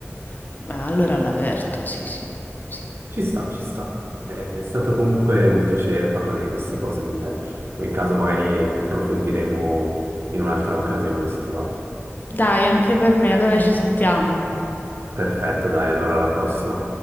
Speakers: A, on the left; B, on the right.
A: Beh, allora all'aperto, sì, sì, sì.
B: Ci sta, ci sta. È stato comunque un piacere parlare di queste cose con te. Poi in caso magari approfondiremo in un'altra occasione, se ti va.
A: Dai, anche per me, allora ci sentiamo.
B: Perfetto, dai, allora alla prossima.